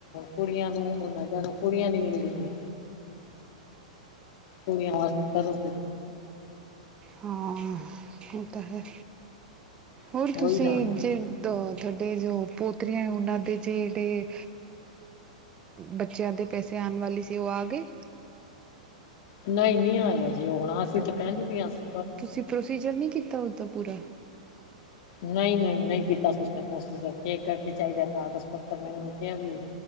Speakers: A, on the left; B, on the right.
A: ਕੁੜੀਆਂ ਨੂੰ-ਨੂੰ ਕੁੜੀਆਂ ਨੀ ਮਿਲਦੀ ਸੀ ਚੋੜੀਆਂ ਵਸ ਸਰਰਜ਼
B: ਹਾਂ। ਉਹ ਤਾਂ ਹੈ ਹੋਰ
A: ਪਏ
B: ਤੁਸੀਂ
A: ਉਹੀ ਨਾ
B: ਜੇ। ਤੁਹਾਡੇ ਜੋ ਪੋਤਰੀਆਂ ਉਹਨਾਂ ਦੇ ਜੇ ਜਿਹੜੇ ਬੱਚਿਆਂ ਦੇ ਪੈਸੇ ਆਉਣ ਵਾਲੀ ਸੀ ਉਹ ਆ ਗਏ।
A: ਨਹੀਂ-ਨਹੀਂ ਆਇਆ ਜੀ, ਹੁਣ ਅਸੀਂ ਤਾਂ ਪਹਿਲੀ ਪੀਆ ਸੀ।
B: ਤੁਸੀਂ ਪ੍ਰੋਸੀਜਰ ਨਹੀਂ ਕੀਤਾ ਉਸਦਾ ਪੂਰਾ।
A: ਨਹੀਂ-ਨਹੀਂ-ਨਹੀਂ ਕੀਤਾ ਕੁਨੇ ਕੋਸ਼ਿਸ਼ ਕਰਕੇ ਇਹ ਕਰਕੇ ਚਾਹੀਦਾ ਕਾਗਜ਼ ਪੱਤਰ ਮੈਨ ਕਿਹਾਿਆ ਵੀ